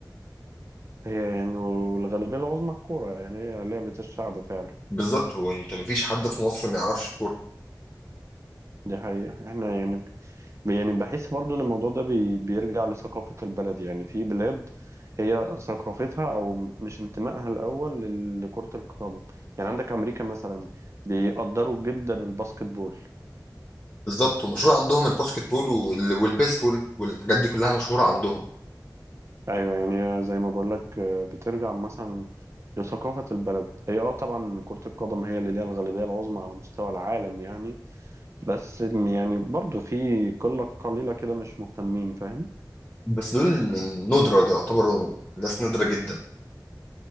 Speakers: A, on the right; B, on the left.
A: هي يعني والغالبيه العظمى الكوره يعني هي لعبه الشعب فعلا
B: بالظبط هو انت مفيش حد في مصر ما يعرفش الكوره
A: دي حقيقه احنا يعني يعني بحس برضو ان الموضوع ده بي بيرجع لثقافه البلد يعني في بلاد هي ثقافتها او مش انتمائها الاول لل- لكره القدم يعني عندك امريكا مثلا بيقدروا جدا الباسكت بول
B: بالظبط ومشهور عندهم الباسكت بول وال- والبيسبول والحاجات دي كلها مشهوره عندهم
A: ايوه يعني زي ما بقول لك بترجع مثلا لثقافة البلد هي اه طبعا كرة القدم هي اللي ليها الغالبية العظمى على مستوى العالم يعني بس يعني برضو في قلة قليلة كده مش مهتمين فاهم
B: بس دول ندرة دول يعتبروا ناس نادرة جدا